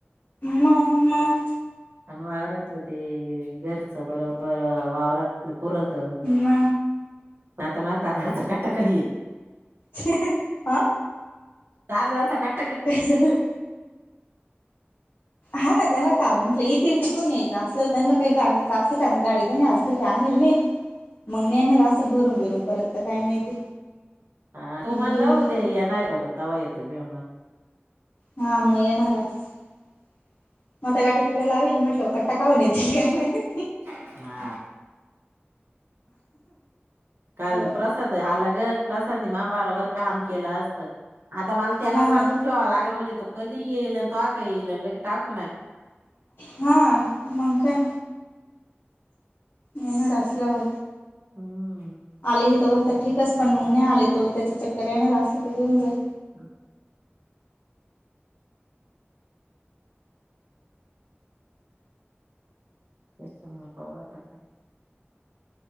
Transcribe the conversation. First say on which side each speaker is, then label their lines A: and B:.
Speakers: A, on the left (about 55°); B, on the right (about 65°).
A: म म
B: आणि वावरातलं ते घरचं बरोबर हो वावरातलं पुरत त
A: म
B: आत्ता मग <unintelligible>
A: ह ह आ
B: तांदळा सकट
A: काय झालं.. हा ना त्याला काय मग येईल ते घेऊन यायचं असलं येताना काही गाडीच आसते कारण गाडी तर नाही आज घरी आणलेलीच नाही मग नेणार आसंल भरून बिरून परत तर काय माहिती
B: हा तो
A: मग
B: म्हणला
A: घेऊन
B: होता
A: येते
B: येणार परत तवा येतो घेऊन मग
A: हा मग येणार आसल आता गाडी तिकडे लावेल म्हटलं खर तो काय माहित येतील काय नाहि ते
B: हा काल
A: होय
B: प्रसाद आला ग प्रसाद नि मामा तवरका आमचे लावूस्तवर आता माणूस ठेवाला
A: हा ना
B: सांगून ठेवाव लागेल म्हणजे तो कधी येईल अण कवा का येईल लगे टाक
A: हा मग काय येणार असल्यावर
B: हम्म
A: आले हे तवर आता ठीकच पण मग नाही आले तर त्याच चेक कराय येणार असलीत तरी घेऊन जाईल
B: हम तेच मग बघा आता काय